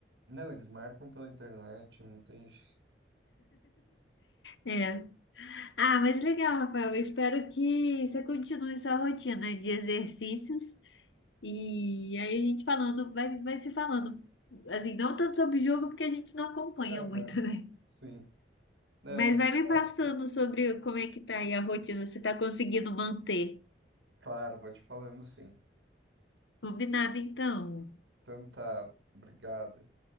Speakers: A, on the right; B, on the left.
A: Não, eles marcam pela internet, não tem. jeito.
B: É. Ah, mas legal, Rafael. Eu espero que você continue sua rotina de exercícios. E aí a gente falando, vai, vai se falando. Assim, não tanto sobre jogo, porque a gente não acompanha
A: Aham,
B: muito, né?
A: sim. Não,
B: Mas
A: mas
B: vai me
A: ó,
B: passando sobre como é que tá aí a rotina, se tá conseguindo manter.
A: claro, vou te falando sim.
B: Combinado, então.
A: Então tá, obrigado.